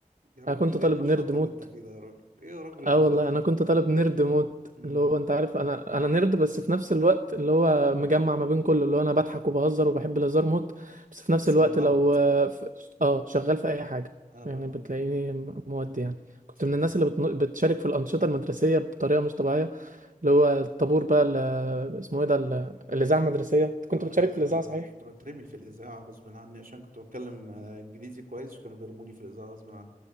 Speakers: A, on the right; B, on the right.
A: يا راجل
B: انا كنت طالب
A: ايه النشاط
B: نيرد موت
A: اللي انت فيه ده يا راجل ايه يا راجل
B: اه
A: النشاط
B: والله
A: اللي
B: انا
A: انت
B: كنت
A: فيه
B: طالب نيرد موت
A: امم
B: اللي هو انت عارف انا انا نيرد بس في نفس الوقت اللي هو مجمع ما بين كله اللي هو انا بضحك وبهزر وبحب الهزار موت بس في نفس
A: بس
B: الوقت
A: منضبط
B: لو اه في- آه، شغال في اي حاجه
A: اه
B: يعني بتلاقيني م- مودي يعني كنت
A: شايفة
B: من الناس اللي بتن- بتشارك في الانشطه المدرسيه بطريقه مش طبيعيه اللي هو الطابور بقى اللي اسمه ايه ده ال- الاذاعه المدرسيه أنت كنت
A: اه انا
B: بتشارك
A: كده
B: في
A: يعني،
B: الاذاعه
A: انا
B: صحيح
A: كنت بترمي في الاذاعه غصب عني عشان كنت بتكلم آه، انجليزي كويس وكانوا بيرموني في الاذاعه غصب عني